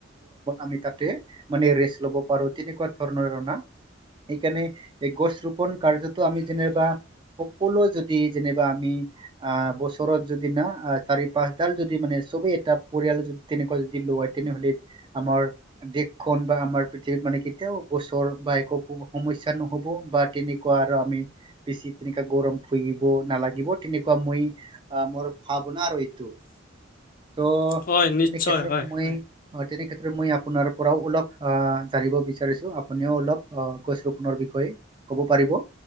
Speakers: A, on the right (about 25°); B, on the left (about 45°).
A: আমি তাতে আমি লব পাৰো তেনেকুৱা ধৰণৰ সেইকাৰে গ পুন কাৰ্যতো আমি যেনেকুৱা সকলো যদি যেনিবা আমি আহ বছৰত যদি না চাৰি পাঁচডাল যদি মানে চবে এটা পৰিয়ালে যদি তেনেকুৱা যদি লয় তেনেহলে আমাৰ দেশখন বা আমাৰ পৃথিৱীত মানে কি এতিয়াও গছৰ বা একো সমস্যা নহ'ব বা তেনেকুৱা আৰু আমি বেছি তেনে কা গৰম ফুৰিব নালাগিব তেনেকুৱা মই আহ মোৰ ভাৱনা আৰু এইটো
B: <unintelligible>
A: চ'
B: হয় নিশ্চয়
A: তেনে কেত্ৰত
B: হয়
A: মই
B: হয়
A: অ তেনে কেত্ৰত মই আপোনাৰ পৰাও অলপ অ জানিব বিচাৰিছো আপুনিও অলপ অ গছ ৰুপনৰ বিষয়ে ক'ব পাৰিব